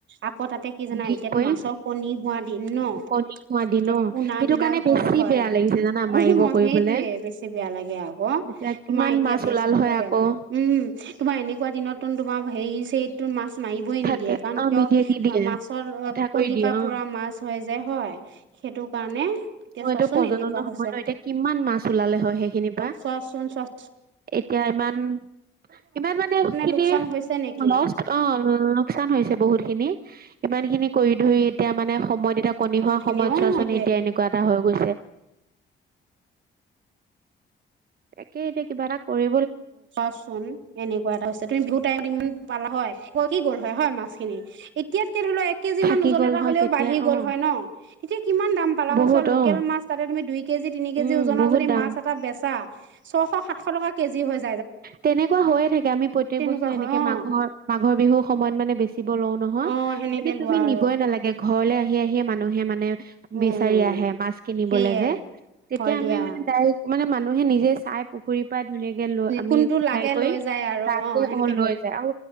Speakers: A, on the right; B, on the right.
A: আকৌ তাতে কি জানা
B: দি
A: এতিয়াতো
B: কৈ
A: মাছৰ কণী হোৱা দিন ন
B: কণী হোৱা দিন
A: এতিয়া
B: অ
A: পোনাবিলাক
B: সেইটো কাৰণে
A: হ'ল
B: বেছি
A: হয়
B: বেয়া লাগিছে জানা
A: সেইটোৱে
B: মাৰিব কৰিবলে
A: বেছি বেয়া লাগে আকৌ
B: এতিয়া কিমান
A: তোমাৰ এতিয়া
B: মাছ
A: বেছি
B: ওলাল
A: দিবও
B: হয়
A: বেয়া
B: আকৌ
A: লাগে উম তোমাৰ এনেকোৱা দিনত তোন তোমাৰ হেৰি ছেৰি তো মাছ মাৰিবই
B: থাকে
A: নিদিয়ে কাৰণ
B: অ
A: কিয়
B: নিদিয়ে নিদিয়ে
A: মাছৰ
B: কথা
A: কণী
B: কৈ দিয়ে
A: পা
B: অ
A: পোৰা মাছ হয় যে হয় সেইটো কাৰণে এতিয়া
B: ম
A: চোৱাচোন
B: এইটো পৰ্যটনৰ
A: এনেকুৱা
B: সময়
A: হৈছে
B: ন এতিয়া কিমান মাছ ওলালে হয় সেইখিনিৰ পৰা
A: চচ শন চচ
B: এতিয়া ইমান ইমান মানে খিনি
A: লোকচান হৈছে নেকি
B: লষ্ট অ লোকচান হৈছে বহুতখিনি ইমান খিনি কৰি-ধৰি, এতিয়া মানে সময় দি এতিয়া কণী
A: বহুত
B: হোৱা
A: খিনি
B: সময়ত
A: অ
B: চোৱাচোন,
A: সেইটোয়ে
B: এতিয়া এনেক হৈ গৈছে। তাকে এতিয়া কিবা এটা কৰি
A: চোৱাচোন, এনেকুৱা এটা হৈছে তুমি বিহুৰ টাইমত ইমান পালা হয়। কৈ কি গ'ল হয়, হয় মাছখিনি এত এনেকে ধৰি লোৱা এক কেজিমান
B: থাকি
A: ওজন
B: গ'ল
A: এটা
B: হয়
A: হ'লেও
B: তেতিয়া
A: বাঢ়ি গ'ল
B: অ
A: হয় ন। তেতিয়া কিমান দাম পালা হয়,
B: বহুত
A: চোৱা লোকেল
B: অ
A: মাছ তাতে তুমি দুই কেজি, তিনি কেজি
B: উম
A: ওজনৰ
B: বহুত
A: যদি
B: দাম
A: মাছ এটা বেছা ছশ-সাতশ টকা কেজি হৈছে
B: তেনেকোৱা হৈয়ে থাকে। আমি প্ৰত্যেক
A: তেনেকুৱা
B: বছৰে এনেকে
A: হয় অ
B: মাঘৰ-মাঘৰ বিহুৰ সময়ত মানে বেছি ব লওঁ নহয়,
A: অ সেনেকে
B: মানে
A: লোৱা
B: তুমি
A: আৰু
B: নিবই নালাগে ঘৰলে আহি-আহিয়ে মানুহে মানে
A: উম
B: বিচাৰি আহে মাছ কিনিবলৈ
A: সেইয়াই
B: যে তেতিয়া
A: হয় দিয়া
B: আমি মানে ডাইৰেক্ট মানে মানুহে নিজে চাই পুখুৰী পাই ধুনীয়াকে লৈ আমি
A: কোনটো
B: উঠাই
A: লাগে
B: কৰি
A: লৈ যায় আৰু
B: তাতে
A: সেনেকে
B: অ লৈ যায় আৰু